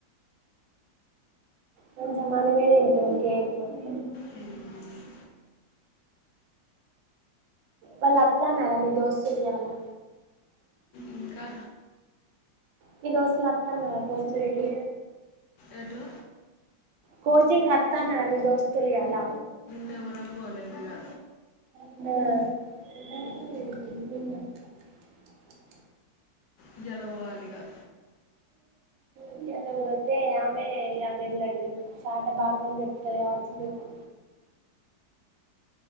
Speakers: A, on the right (about 80°); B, on the left (about 70°).
A: కొంచం మనమే తింటాం కేక్ మొత్తం
B: మ్మ్.
A: వాళ్ళు వత్తన్నారా మీ దోస్తులు ఇయ్యాలా
B: ఇంకా
A: నీ దోస్తులు అత్తాన్నరా కోచింగ్ కి
B: ఏటు
A: కోచింగ్ కత్తన్నార మీ దోస్తులు ఇయ్యాలా
B: నేవరం పోలేదిగా
A: అహ్
B: ఇయ్యాలబోవాలిగా
A: ఇయ్యాల పోతే ఆమె ఇగ మిమ్ముల్ని చట భారతం చెప్తాది కావచ్చు మీకు